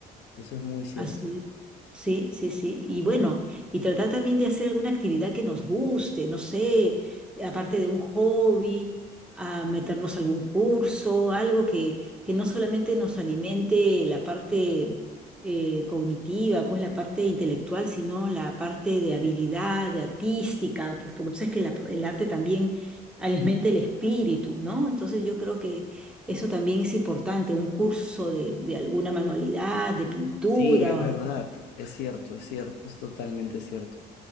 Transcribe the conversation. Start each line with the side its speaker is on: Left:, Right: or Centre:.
Left: eso es muy cierto.
Centre: Así es. Sí, sí, sí. Y bueno, y tratar también de hacer alguna actividad que nos guste, no sé, aparte de un hobby, a meternos a algún curso, algo que, que no solamente nos alimente la parte eh, cognitiva, pues la parte intelectual, sino la parte de habilidad, de artística, pues porque tú sabes que la- el arte también alimenta el espíritu, ¿no? Entonces yo creo que eso también es importante, un curso de, de alguna manualidad, de pintura.
Left: Sí, es verdad, es cierto, es cierto, es totalmente cierto.